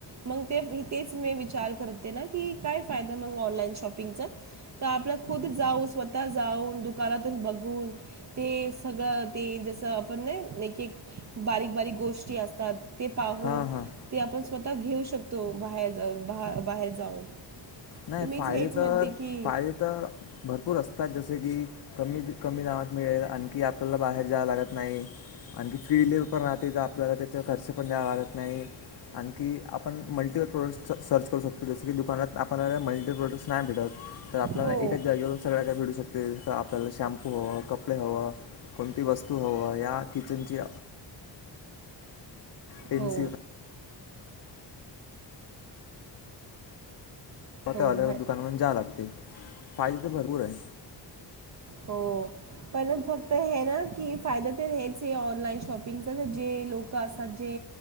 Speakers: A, on the right; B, on the left.
A: मग ते तेच मी विचार करत ते ना की, काय फायदा म ऑनलाईन शॉपिंग तर आपल्या खु जाऊ स्वतः जाऊन दुकानातून बघून ते सगळं ते जस आपण ना एक बारीक बारीक गोष्टी असतात. ते पाहून
B: हां हां
A: ते आपण स्वतः घेऊ शक शकतो, बाहेर जाऊन बाहेर जाऊन-
B: नाही
A: तर मीच
B: फायदे
A: हेच
B: तर
A: म्हणते की
B: फायदे तर भरपूर असतात जसे की, कमी कमी नामात मिळेल आणखी आपल्याला बाहेर जा्यावं लागत नाही, आणखी फ्री डिलेवर्ह पण राहते तर आपल्याला त्याचा खर्च पण द्यावा लागत नाही, आणखी आपण मल्टीपल प्रोडक्ट सर्च करू शकतो जस की, दुकानात आपण मल्टट स्नाॅपट <unintelligible> तर आपल्याला
A: हो
B: एच जागेवरून सगळ्या काय भेटु शकतो. आपल्याला शॅम्पू हवं, कपडे हवं, कोणती वस्तू हवं या किचनची- पेन्सिल
A: हो.
B: तेल्या
A: हो ह
B: दुकान म्हण जा लागते <unintelligible> फायदे तर भरपूर आहे.
A: हो पण फक्त हे ना की, फायदा तर हेच हे ऑनलाईन शॉपिंगचा तर जे लोक असतात, जे